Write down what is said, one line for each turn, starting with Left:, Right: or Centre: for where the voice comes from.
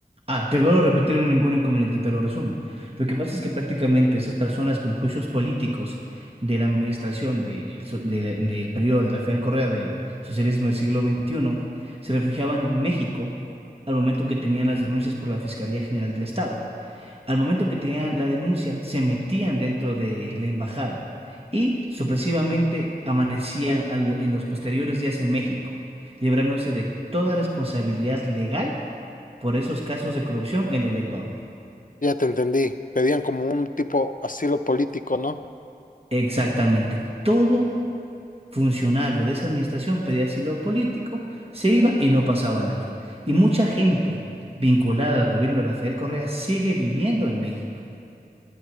Right: Ah, te vuelvo a repetir en ningún inconveniente, te lo resumo. Lo que pasa es que prácticamente esas personas con juicios políticos de la administración del, so- de- del periodo de Rafael Correa del socialismo del siglo veintiuno se refugiaban en México al momento que tenían las denuncias por la Fiscalía General del Estado. Al momento que tenían la denuncia, se metían dentro de la embajada y supresivamente amanecían al- en los posteriores días en México, librándose de toda responsabilidad legal por esos casos de corrupción en el Ecuador.
Left: ya te entendí, pedían como un tipo asilo político, ¿no?
Right: Exactamente. Todo funcionario de esa administración pedía asilo político, se iba y no pasaba nada. Y mucha gente vinculada al gobierno de Rafael Correa sigue viviendo en México.